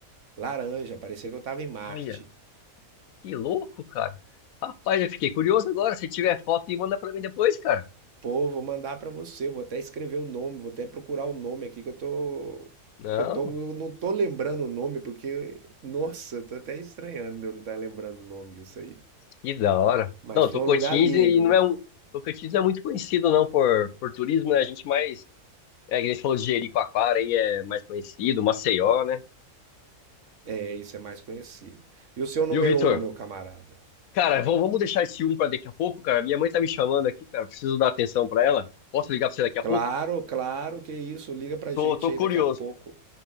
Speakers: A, on the right; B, on the left.
A: laranja, parecia que eu tava em Marte.
B: Olha, que louco, cara. Rapaz, eu fiquei curioso agora. Se tiver foto, manda pra mim depois, cara.
A: Pô, vou mandar pra você, vou até escrever o nome, vou até procurar o nome aqui que eu tô
B: Não,
A: que eu tô não tô lembrando o nome porque nossa, tô até estranhando de eu não estar lembrando o nome disso aí.
B: que da hora.
A: Mas
B: Não,
A: foi
B: Tocantins
A: um lugar lindo,
B: e não
A: viu?
B: é um. Tocantins não é muito conhecido, não, por, por turismo, né? A gente mais. É, que a gente falou de Jericoacoara aí é mais conhecido, Maceió, né?
A: É, isso é mais conhecido. E o seu número
B: E o Vitor?
A: um, meu camarada?
B: Cara, vamos vamos deixar esse um pra daqui a pouco, cara. Minha mãe tá me chamando aqui, cara. Preciso dar atenção pra ela. Posso ligar pra você daqui a pouco?
A: Claro, claro que é isso. Liga pra
B: Tô,
A: gente
B: tô curioso.
A: aí daqui a pouco.